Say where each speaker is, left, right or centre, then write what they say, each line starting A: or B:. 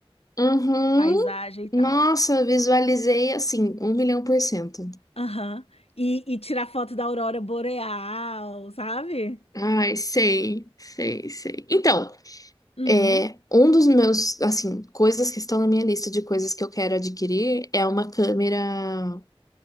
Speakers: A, on the left; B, on the left.
A: Uhum.
B: paisagem e tal.
A: Nossa, visualizei assim, um milhão por cento.
B: Aham. E, e tirar foto da aurora boreal, sabe?
A: Ai, sei, sei, sei. Então,
B: Hum,
A: é, um dos meus, assim, coisas que estão na minha lista de coisas que eu quero adquirir é uma câmera.